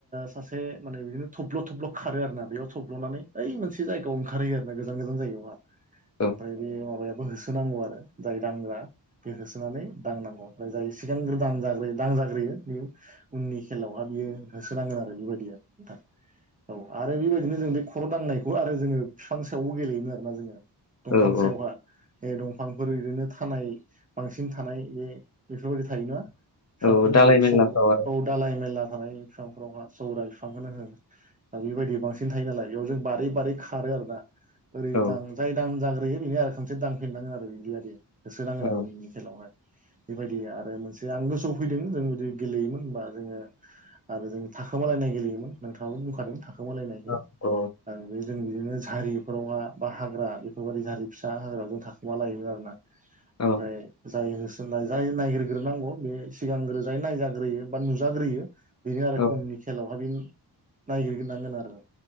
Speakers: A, on the right; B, on the left.
A: सासे माने बिदिनो थब्ल' थब्ल' खारो आरो ना बेयाव थब्ल'नानै ओइ मोन थि जायगायाव ओंखारहैयो आरो ना गोजान गोजान जायगायाव नङा।
B: <inaudible>
A: ओमफ्राय बे माबायाबो होसोनांगौ आरो जाय दांग्रा बे होसोनानै दांनांगौ। जाय सिगांग्रो दांजाग्रोयो दांजाग्रोयो बे उननि खेलावहा बियो होसोनांगोन आरो बेबायदिया नोंथां। औ आरो बेबायदिनो जों बे खर' दांनायखौ आरो जोङो बिफां सायावबो गेलेयोमोन आरोना जोङो।
B: औ
A: दंफां
B: औ
A: सायावहा बे दंफांफोर ओरैनो थानाय बांसिन थानाय बे बेफोरबायदि थायो ना बिफांफोर
B: औ दालाय
A: जेरै
B: मेरलाफ्राव
A: स दालाय मेरला थानाय बिफांफोरावहा सौरा बिफांखौनो हो दा बेबायदि बांसिन थायो नालाय जों बारै बारै खारो आरो ना
B: आरो
A: ओरै दां जाय दां जाग्रोयो बेनो आरो खामसे दांफिनांगोन आरो बिब्दाबादि होसोनांगोन
B: औ
A: आरो उननि खेलावहाय। बेबायदि आरो मोनसे आं गोसोआव फैदों जों जुदि गेलेयोमोनबा जोङो आरो जों थाखोमालायनाय गेलेयोमोन नोंथाङाबो बुंखादों थाखोमालायनायखौ
B: औ औ
A: आरो बे जों बिदिनो जारिफोरावहा बा हाग्रा बेफोरबायदि जारि फिसा हाग्रायाव जों थाखोमा लायोमोन आरोना।
B: औ
A: ओमफ्राय जाय होसोनाय जाय नायग्रोग्रोनांगौ बे सिगांग्रो जाय नायजाग्रोयो बा नुजाग्रोयो बेनो आरो
B: औ
A: उननि खेलायावहा बे नायगिरनांगोन आरो